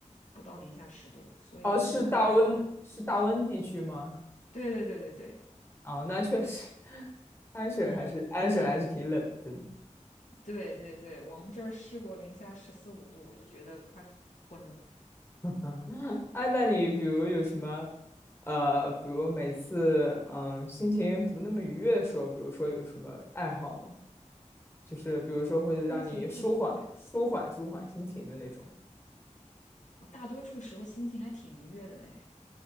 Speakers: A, on the left; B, on the left.
A: 不到零下十度，所以就还好。
B: 哦，是大温，是大温地区吗？
A: 对对对对对，
B: 啊、那确实，<laughs> 安省还是安省还是挺冷的，
A: <laughs>
B: 真的。
A: 对对对，我们这儿试过零下十四五度，我就觉得快昏了，
B: <laughs> 啊，那你比如有什么，呃，比如每次嗯心情不那么愉悦的时候，比如说有什么爱好吗？就是比如说会让你舒缓、
A: 心情不愉悦。
B: 舒缓、舒缓心情的那种。
A: 我大多数时候心情还挺愉悦的嘞。